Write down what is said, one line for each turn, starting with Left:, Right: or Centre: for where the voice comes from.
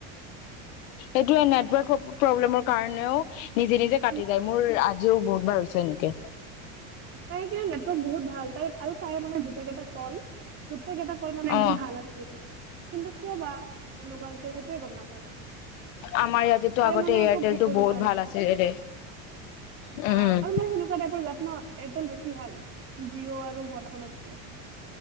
Left: এইটোয়ে নেটৱৰ্ক প্ৰব্লেমৰ কাৰণেও নিজে নিজে কাটি
Right: উম
Left: যায় মোৰ <unintelligible> বহুতবাৰ হৈছে এনেকে।
Right: তাই কিয় নেত বহুত ভাল তাই আৰু তাইৰ মানে গোটক এটা কল গোটেইকিটা কল মানে একদম
Left: অ
Right: ভাল আছিল। কিন্তু কিয় বা এনেকুৱা হৈছে সেইটোৱে গম নাপালো
Left: আমাৰ ইয়াতেতো
Right: তাই
Left: আগতে
Right: মানে
Left: এয়াৰটেলটো
Right: একো ভুল
Left: বহুত
Right: হোৱা নাই
Left: ভাল আছিলে ৰে। উম
Right: আহ আৰু মই সেনেকুৱা টাইপ <unintelligible> এয়াৰটেল বেছি ভাল জিঅ' আৰু ভডফোনতকে।